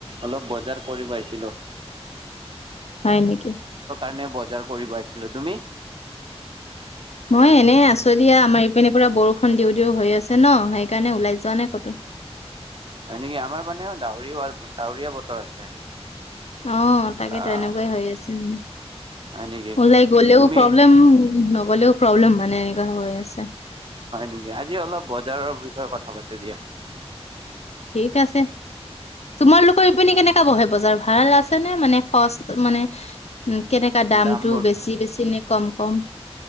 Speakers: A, on the right; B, on the left.
A: অলপ বজাৰ কৰিব আহিছ ছিলো
B: হয় নেকি?
A: মানে বজাৰ কৰিব আহিছিলোঁ তুমি?
B: মই এনে আছো দিয়া, আমাৰ ইপিনে পৰা বৰষুণ দিওঁ দিওঁ হৈ আছে ন সেইকাৰণে ওলাই যোৱা নাই কতো।
A: হয় নেকি, আমাৰ মানে ডাৱৰ ডাৱৰীয়া বতৰ আছে।
B: অ তাকেতো
A: আহ
B: এনেকুৱাই হৈ আছে মানে,
A: হয় নেকি
B: ওলাই গলেও
A: তুমি
B: প্ৰব্লেম নগলেও প্ৰব্লেম মানে এনেকুৱা হৈ আছে।
A: হয় নেকি আজি অলপ বজাৰৰ কথা পাতো দিয়া।
B: ঠিক আছে, তোমালোকৰ ইপিনে কেনেকা বহে বজাৰ ভাল আছে নে মানে সষ্ট মানে উম, কেনেকা দামটো
A: দামবোৰ,
B: বেছি বেছি নে কম কম?